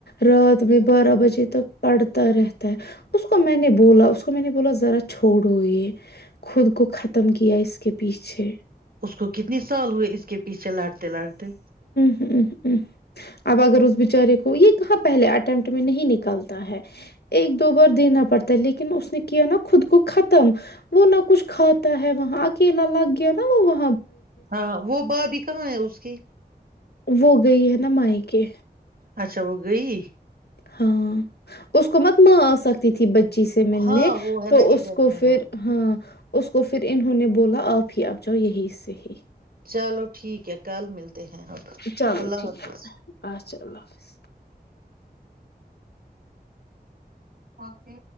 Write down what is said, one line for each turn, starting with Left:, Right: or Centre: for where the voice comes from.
Left: رات میں بارہ بجے تک پڑتا رہتا ہے اس کو میں نے بولا اس کو میں نے بولا ذرا چھوڑو یہ خود کو کو ختم کیا اس کے پیچھے
Right: اس کو کتنے سال ہوئے اس کے پیچھے لڑتے لڑتے
Left: ہ اب اگر اس بچارے کو یہ کہاں پہلے اٹیمپٹ میں نہیں نکلتا ہے ایک دو بار دینا پڑتا ہے لیکن اس نے کیا نا خود کو ختم وہ نہ کچھ کھاتا ہے وہاں اکیلا لگ گیا نا وہ وہ
Right: ہاں وہ با بھی کہاں ہے اس جی
Left: وہ گئی ہے نا مائ کے
Right: اچھا وہ گئی
Left: ہاں اس کو مت ماں آ سکتی تھی ب جی سے ملنے
Right: ہاں وہ ہے
Left: تو
Right: نا
Left: اس
Right: ادھر
Left: کو
Right: میں
Left: پھر ہاں اس کو پھر انہوں نے بولا آپ ہی اب جاؤ یہی سےح ہی
Right: چلو ٹھیک ہے کال ملتا ہیں ا
Left: چلو
Right: اللہ
Left: ٹھیک
Right: حافظ
Left: ہے اچھا اللہ حافظ
Right: اوکے